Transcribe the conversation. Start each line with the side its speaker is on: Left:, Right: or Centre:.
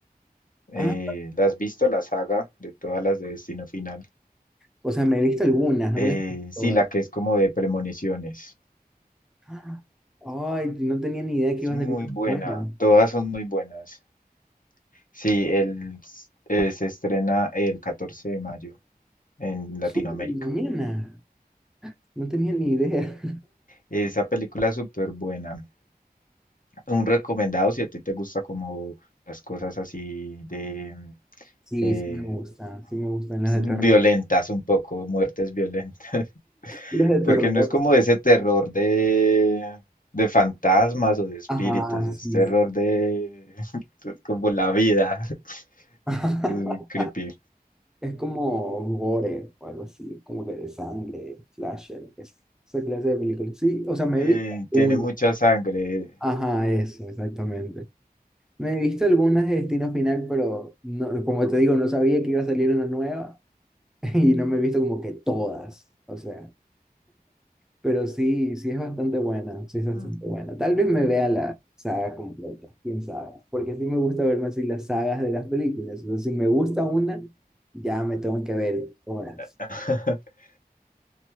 Left: Eh,
Centre: Ah,
Left: ¿la has visto la saga de todas las de Destino Final?
Centre: O sea, me he visto algunas, no
Left: Eh,
Centre: me las he visto
Left: sí,
Centre: todas.
Left: la que es como de premoniciones.
Centre: ¡Ah! Ay, no tenía ni idea
Left: Es
Centre: que iba
Left: muy
Centre: a salir una
Left: buena,
Centre: nueva.
Left: todas son muy buenas. Sí, el, s- eh, se estrena el 14 de mayo en Latinoamérica.
Centre: Súper, mañana. No tenía ni idea.
Left: Esa película es súper buena. Un recomendado si a ti te gusta como las cosas así de
Centre: Sí,
Left: eh,
Centre: sí me gustan, sí me gustan las
Left: s-
Centre: de terror.
Left: violentas un poco, muertes violentas. <laughs>
Centre: Las de
Left: Porque
Centre: terror.
Left: no es como ese terror de, de fantasmas o de espíritus,
Centre: Ajá,
Left: es
Centre: sí,
Left: terror
Centre: sí.
Left: de <laughs> como la vida. <laughs>
Centre: <laughs>
Left: Es muy creepy.
Centre: Es como gore o algo así, como que de sangre, slasher, es- esa clase de películas. Sí, o sea, me
Left: Eh,
Centre: he visto algunas.
Left: tiene mucha sangre.
Centre: Ajá, eso, exactamente. Me he visto algunas de Destino Final, pero no, como te digo, no sabía que iba a salir una nueva. <laughs> y no me he visto como que todas, o sea, pero sí, sí es bastante buena, sí es bastante
Left: Mm.
Centre: buena. Tal vez me vea la saga completa, quién sabe, porque sí me gusta verme así las sagas de las películas, o sea, si me gusta una, ya me tengo que ver horas.
Left: <laughs>